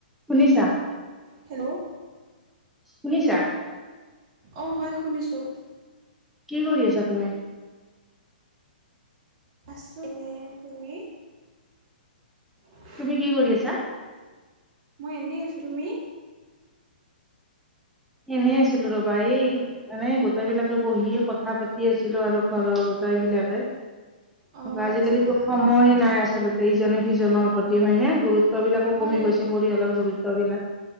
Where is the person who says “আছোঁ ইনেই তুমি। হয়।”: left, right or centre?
Right